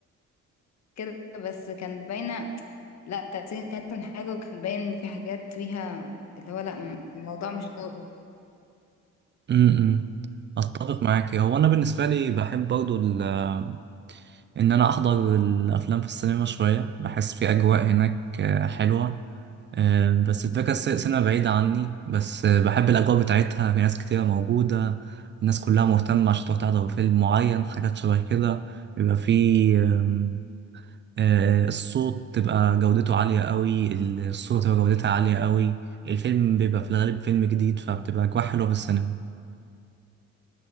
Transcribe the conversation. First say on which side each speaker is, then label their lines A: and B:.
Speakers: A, on the left (about 60°); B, on the right (about 40°).
A: كده بس كان باينة لا تمثيل كانت أحسن حاجة وكان باين في حاجات فيها اللي هو لا م- الموضوع مش ضابط
B: امم أتفق معاك هو أنا بالنسبة لي بحب برضو ال- آه، إن أنا أحضر الأفلام في السينما شوية بحس في أجواء هناك آه، حلوة آه، بس الفكرة الس- سينما بعيدة عني بس آه، بحب الأجواء بتاعتها في ناس كتيرة موجودة الناس كلها مهتمة عشان تروح تحضر فيلم معين حاجات شبه كده بيبقى فيه آم، آه، الصوت تبقى جودته عالية قوي الصورة تبقى جودتها عالية قوي الفيلم بيبقى في الغالب فيلم جديد فبتبقى أجواء حلوة في السينما